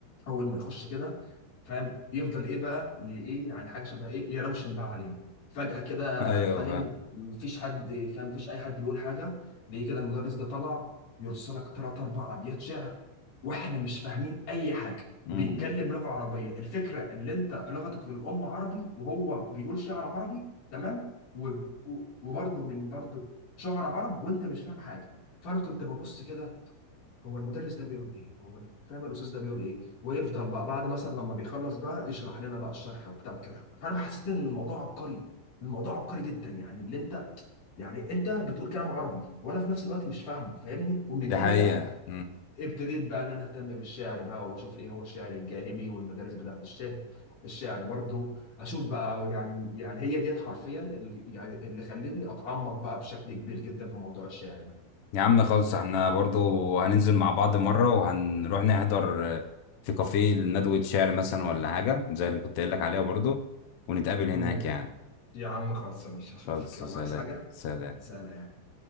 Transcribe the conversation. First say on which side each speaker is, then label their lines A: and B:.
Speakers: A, on the left (about 45°); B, on the left (about 85°).
A: اول ما يخش كده فاهم يفضل ايه بقى ي- ايه يعني حاجه شبه ايه يروشن بقى علينا فجاه كده
B: ايوه
A: فاهم
B: فاهم
A: مفيش حد فاهم مفيش اي حد بيقول حاجه ليه كده المدرس ده طلع يرسلك ثلاث اربع ابيات شعر واحنا مش فاهمين اي حاجه
B: امم
A: وبيتكلم لغه عربيه الفكره اللي انت لغتك الام عربي وهو بيقول شعر عربي تمام و- و- وبرضه من برضه شعر عرب وانت مش فاهم حاجه فانا كنت ببص كده هو المدرس ده بيقول ايه هو فاهم الاستاذ ده بيقول ايه ويفضل بقى بعد مثلا لما بيخلص بقى يشرح لنا بقى الشرح وبتاع كده فانا حسيت ان الموضوع عبقري الموضوع عبقري جدا يعني اللي انت يعني انت بتقول كلام عربي وانا في نفس الوقت مش فاهمه فاهمني ومن
B: ده
A: هنا
B: حقيقه
A: بقى ابتديت بقى ان انا اهتم بالشعر بقى واشوف ايه هو الشعر الجاهلي والمدارس بتاعت الشعر الشعر برضو اشوف بقى يعني يعني هي ديت حرفيا اللي يعني اللي خلتني اتعمق بقى بشكل كبير جدا في موضوع الشعر ده
B: يا عم خلص احنا برضو هننزل مع بعض مرة وهنروح نحضر آه، في كافيه ندوة شعر مثلا ولا حاجة زي اللي كنت قايل لك عليها برضو ونتقابل
A: امم
B: هناك يعني
A: يا عم خلصاني مش هشوفك
B: خلص
A: يلا
B: سلام
A: عايز حاجه
B: سلام
A: سلام